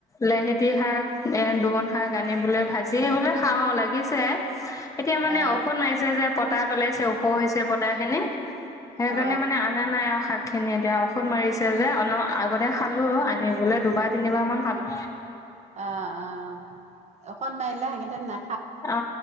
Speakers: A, on the left; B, on the right.
A: লেহে। ইতিহাস এ। চকন শাক আনিবলৈ ভাজি বলে খাওঁ লাগিছে। এতিয়া মানে
B: অ অ
A: ঔষধ মাৰিছে যে পতাপ। পলাইছে ওখ হৈছে পদা খিনি। সেইকাৰণে
B: অ
A: মানে অনা নাই অ শাক। খিনি এতিয়া ঔষধ মাৰিছে যে অ আগতে খালো আনিবলে দুবাৰ তিনিবাৰ মান খালো।
B: অঁ অঁ। অকণ মাৰিলে হেতেন না।
A: অ